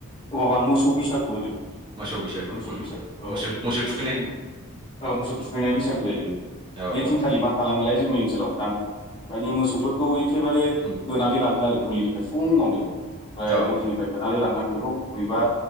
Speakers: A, on the left (about 20°); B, on the right (about 20°).
A: अबाबा मोसौ बैसागु होदों
B: मोसौ बैसागु
A: मोसौ
B: उम
A: बैसागु
B: मोसौ थुखैनाय
A: मोसौ मोसौ थुखैनाय बैसागु जायो बेयो
B: औ
A: बे
B: औ
A: दिनखालि मा खालामोलाय जोंनि ओनसोलाव नोंथां माने मोसौफोरखौ एखेबारे
B: उम
A: होनानै लाङो आरो गलिनिफ्राय फुङावनो ओमफ्राय
B: औ
A: गलिनिफ्राय होनानै लांनानै बेखौ बबेबा